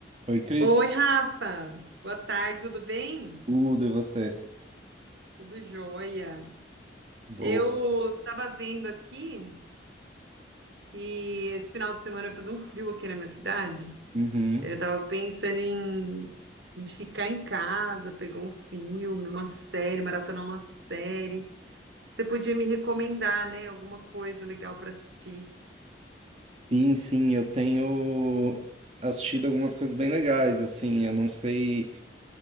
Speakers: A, on the right (about 35°); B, on the right (about 70°).
A: Oi, Cris.
B: Oi, Rafa. Boa tarde, tudo bem?
A: Tudo, e você?
B: Tudo jóia.
A: Boa.
B: Eu tava vendo aqui e esse final de semana vai fazer um frio aqui na minha cidade.
A: Uhum.
B: Eu tava pensando em, em ficar em casa, pegar um filme, uma série, maratonar uma série. Você podia me recomendar, né? Alguma coisa legal para assistir.
A: Sim, sim, eu tenho assistido algumas coisas bem legais, assim, eu não sei